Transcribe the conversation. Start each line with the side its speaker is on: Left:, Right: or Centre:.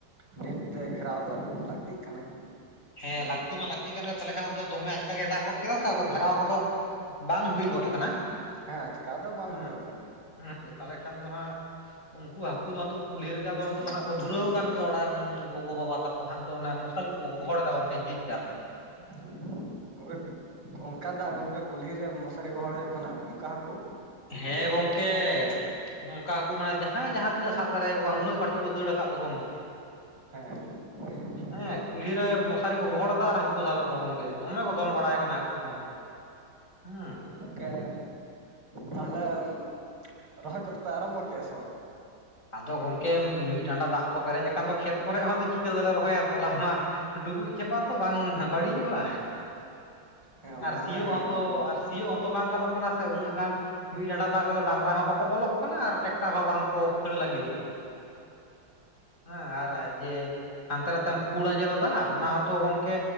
Right: ᱱᱮᱴ ᱛᱮ ᱜᱷᱮᱨᱟᱣ ᱞᱟᱠ ᱞᱟᱹᱠᱛᱤᱜ ᱠᱟᱱᱟ
Left: ᱦᱮᱸ ᱞᱟᱹᱠᱛᱤ ᱢᱟ ᱞᱟᱹᱠᱛᱤ ᱠᱟᱱ ᱜᱮᱭᱟ ᱛᱟᱦᱞᱮ ᱠᱷᱟᱱ ᱟᱫᱚ ᱫᱚᱢᱮ ᱟᱪᱠᱟ ᱜᱮ ᱫᱟᱜ ᱜᱚᱫ ᱠᱮᱫᱟ ᱥᱮ ᱟᱫᱚ ᱜᱷᱮᱨᱟᱣ ᱠᱚᱫᱚ ᱵᱟᱝ ᱦᱩᱭ ᱜᱚᱫ ᱠᱟᱱᱟ
Right: ᱦᱮᱸ ᱟᱪᱠᱟ ᱫᱚ ᱵᱟᱝ
Left: ᱦᱮᱸ
Right: ᱦᱩᱭᱩᱜᱼᱟ ᱜᱚᱝᱠᱮ
Left: ᱦᱩᱸ᱾ ᱛᱟᱦᱞᱮ ᱠᱷᱟᱱ ᱫᱚ ᱦᱟᱸᱜ ᱩᱱᱠᱩ ᱦᱟᱹᱠᱩ ᱫᱚ ᱛᱚ ᱠᱩᱞᱦᱤ ᱨᱮᱜᱮ ᱟᱫᱚ ᱱᱤᱛᱚᱜ ᱦᱟᱸᱜ ᱠᱚ ᱫᱷᱩᱨᱟᱹᱣ ᱠᱟᱱ ᱜᱮᱭᱟ ᱚᱲᱟᱜ ᱨᱮᱱ ᱜᱚᱜᱚᱼᱵᱟᱵᱟ ᱛᱟᱠᱚ ᱦᱟᱸᱜ ᱱᱤᱛᱚᱜ ᱚᱱᱮ ᱠᱚ ᱜᱚᱦᱚᱲ ᱫᱟ ᱜᱚᱢᱠᱮ ᱡᱮᱡ ᱡᱟᱨ ᱞᱮᱠᱟ᱾
Right: <inaudible> ᱚᱝᱠᱟ ᱫᱟᱜ ᱜᱚᱝᱠᱮ ᱠᱩᱞᱦᱤ ᱨᱮ ᱢᱚᱥᱟᱨᱤ ᱜᱚᱦᱚᱲ ᱦᱩᱭᱩᱜ ᱠᱟᱱᱟ ᱚᱱᱠᱟ ᱦᱟᱹᱠᱩ?
Left: ᱦᱮᱸ ᱜᱚᱝᱠᱮ ᱱᱚᱝᱠᱟ ᱦᱟᱠᱚ ᱢᱟᱱᱮ ᱡᱟᱦᱟᱸᱭ ᱡᱟᱦᱟᱸ ᱱᱚᱸᱠᱟ ᱟᱵᱚ ᱢᱟᱱᱮ ᱡᱟᱦᱟᱸᱭ ᱡᱟᱦᱟᱸ ᱛᱤᱱᱟᱹᱜ ᱥᱟᱵ ᱫᱟᱲᱮᱭᱟᱠᱚ ᱠᱟᱱ ᱩᱱᱟᱹᱜ ᱜᱮ ᱵᱟᱹᱲᱛᱤ ᱠᱚ ᱫᱟᱹᱲ ᱟᱠᱟᱫ ᱫᱚ ᱜᱚᱝᱠᱮ᱾
Right: ᱦᱮᱸ ᱜᱚᱝᱠᱮ <unintelligible>
Left: ᱦᱮᱸ ᱠᱩᱞᱦᱤ ᱨᱮ ᱢᱚᱥᱟᱨᱤ ᱠᱚ ᱜᱚᱦᱚᱲ ᱦᱮᱸ ᱠᱩᱞᱦᱤ ᱨᱮ ᱢᱚᱥᱟᱨᱤ ᱠᱚ ᱜᱚᱦᱚᱲ ᱮᱫᱟ ᱟᱨ ᱦᱟᱹᱠᱩ ᱠᱚ ᱥᱟᱵ ᱮᱫ ᱠᱚᱣᱟ ᱜᱚᱝᱠᱮ, ᱫᱚᱢᱮ ᱠᱚ ᱫᱚᱱ ᱵᱟᱲᱟᱭ ᱠᱟᱱᱟ ᱦᱟᱹᱠᱩ ᱠᱚᱦᱚᱸ᱾ ᱦᱩᱸ᱾
Right: ᱜᱚᱝᱠᱮ ᱛᱟᱦᱚᱞᱮᱢ ᱨᱚᱦᱚᱭ ᱠᱚᱫᱚ ᱯᱮ ᱟᱨᱚᱢᱵᱷᱚ ᱠᱮᱫᱼᱟ ᱥᱮ ᱵᱟᱝ?
Left: ᱟᱫᱚ ᱜᱚᱝᱠᱮ ᱢᱤᱫ ᱰᱟᱸᱰᱟ ᱫᱟᱜ ᱠᱚ ᱯᱮᱨᱮᱡ ᱟᱠᱟᱱ ᱫᱚ ᱠᱷᱮᱛ ᱠᱚᱨᱮᱜ ᱦᱚᱸ ᱪᱤᱠᱟᱹ ᱛᱮᱞᱮ ᱨᱚᱦᱚᱭᱟ ᱛᱚᱞᱟ ᱢᱟ ᱰᱩᱵᱩᱡ ᱪᱷᱟᱵᱟ ᱛᱚ ᱵᱟᱝ ᱦᱟᱸ ᱵᱟᱹᱲᱤᱡᱚᱜᱼᱟ
Right: ᱦᱮᱸ ᱚᱱᱟ
Left: ᱟᱨ ᱥᱤᱭᱳᱜ
Right: ᱢᱟ ᱦᱮᱸᱜᱮ
Left: ᱦᱚᱸᱛᱚ
Right: ᱦᱩᱸ
Left: ᱟᱨ ᱥᱤᱭᱳᱜ ᱦᱚᱸᱛᱚ ᱵᱟᱝ ᱜᱟᱱᱚᱜ ᱠᱟᱱᱟ ᱥᱮ ᱩᱱᱟᱹᱜ ᱜᱟᱱ ᱢᱤᱫ ᱰᱟᱸᱰᱟ ᱫᱟᱜ ᱨᱮᱫᱚ ᱰᱟᱺᱜᱽᱨᱟ ᱦᱚᱸ ᱵᱟᱠᱚ ᱵᱚᱞᱚᱜ ᱠᱟᱱᱟ ᱟᱨ ᱴᱮᱠᱴᱟᱨ ᱦᱚᱸ ᱵᱟᱝᱠᱚ ᱠᱷᱟᱹᱲ ᱞᱟᱹᱜᱤᱫᱚᱜ ᱠᱟᱱᱟ᱾ ᱦᱮᱸ ᱟᱨ ᱡᱮ ᱦᱟᱱᱛᱮ ᱱᱷᱟᱛᱮᱢ ᱯᱷᱩᱲ ᱟᱸᱡᱮᱫᱟ ᱫᱟᱜ ᱚᱱᱟ ᱦᱚᱸᱛᱚ ᱜᱚᱝᱠᱮ